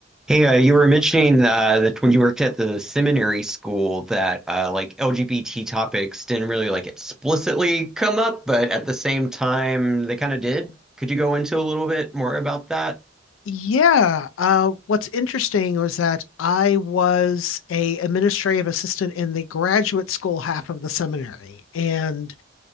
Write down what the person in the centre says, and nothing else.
Hey, uh, you were mentioning uh, that when you worked at the seminary school that uh, like LGBT topics didn't really like explicitly come up, but at the same time they kind of did. Could you go into a little bit more about that?